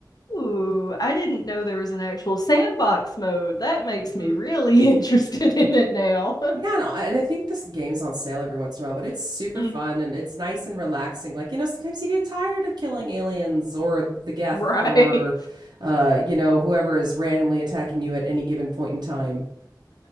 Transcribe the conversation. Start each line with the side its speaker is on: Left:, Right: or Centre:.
Left: Ooh, I didn't know there was an actual sandbox mode. That makes
Right: Mm-hmm.
Left: me really <laughs> interested in it now. <laughs>
Right: Yeah, no, and I think this game's on sale every once in a while, but it's super
Left: Mm,
Right: fun and it's nice and relaxing. Like, you know, sometimes you get tired of killing aliens or the Geth
Left: Right.
Right: or, uh, you know, whoever is randomly attacking you at any given point in time.